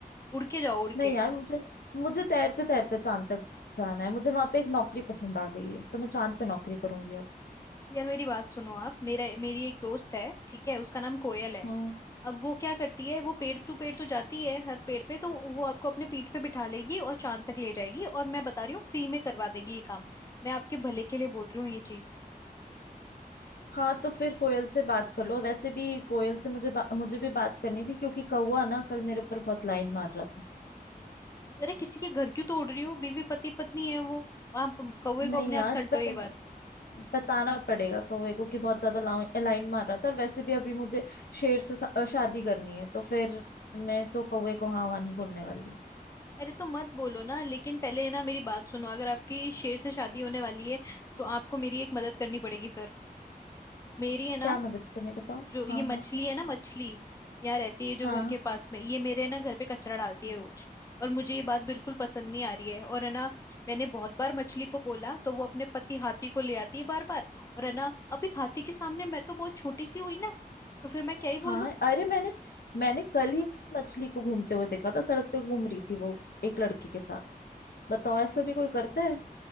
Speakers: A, on the left; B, on the left.
A: उड़ के जाओ उड़
B: नहीं
A: के
B: यार मुझे मुझे तैरते तैरते चांद तक जाना है मुझे वहां पे एक नौकरी पसंद आ गई है तो मैं चांद पे नौकरी करूंगी अब
A: यार मेरी बात सुनो आप मेरा मेरी एक दोस्त है ठीक है उसका नाम कोयल है
B: हम्म
A: अब वो क्या करती है वो पेड़ टू पेड़ तो जाती है हर पेड़ पे तो वो आपको अपने पीठ पे बिठा लेगी और चांद तक ले जाएगी और मैं बता रही हूँ फ्री में करवा देगी ये काम मैं आपके भले के लिए बोल रही हूँ ये चीज
B: हाँ तो फिर कोयल से बात कर लो वैसे भी कोयल से मुझे बा, मुझे भी बात करनी थी क्योंकि कौवा ना कल मेरे ऊपर बहुत लाइन मार रहा था
A: अरे किसी के घर क्यों तोड़ रही हो बीवी पति पत्नी है वो आप कौवे को
B: नहीं
A: अपने
B: यार
A: आप सल्टो
B: पर
A: ये बात
B: बताना पड़ेगा कौवे को कि बहुत ज्यादा लाइन मार रहा था और वैसे भी अभी मुझे शेर से सा- शादी करनी है तो फिर मैं तो कौवे को हाँ वहाँ नहीं बोलने वाली हूँ
A: अरे तो मत बोलो ना लेकिन पहले है ना मेरी बात सुनो अगर आपकी शेर से शादी होने वाली है तो आपको मेरी एक मदद करनी पड़ेगी फिर मेरी है ना
B: क्या मदद करनी बताओ
A: जो ये
B: हाँ हाँ
A: मछली है ना मछली यहाँ रहती है जो
B: हाँ
A: घर के पास में ये मेरे ना घर पे कचरा डालती है रोज और मुझे ये बात बिल्कुल पसंद नहीं आ रही है और है ना मैंने बहुत बार मछली को बोला तो वो अपने पति हाथी को ले आती है बार बार और है ना अभी हाथी के सामने मैं तो बहुत छोटी सी हुई ना तो फिर मैं क्या ही
B: हाँ
A: बोलूं
B: अरे मैंने मैंने कल ही मछली को घूमते हुए देखा था सड़क पे घूम रही थी वो एक लड़के के साथ बताओ ऐसा भी कोई करता है